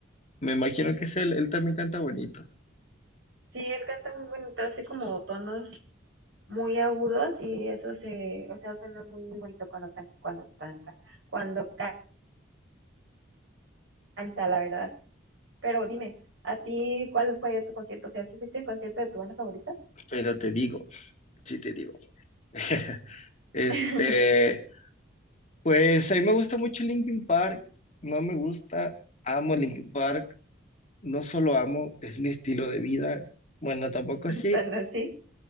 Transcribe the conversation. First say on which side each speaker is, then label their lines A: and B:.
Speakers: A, on the left; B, on the right.
A: Me imagino que es él, él también canta bonito,
B: Sí, él canta muy bonito, así como tonos muy agudos y eso se, o sea, suena muy, muy bonito cuando tan, cuando canta, cuando ca- canta, la verdad. Pero dime, ¿a ti cuál fue tu concierto? O sea, ¿sí fuiste a un concierto de tu banda favorita?
A: pero te digo. sí te digo. <laughs> Este,
B: <laughs>
A: pues a mí me gusta mucho Linkin Park, no me gusta, amo Linkin Park, no solo amo, es mi estilo de vida. Bueno, tampoco sí,
B: ¿Tan así?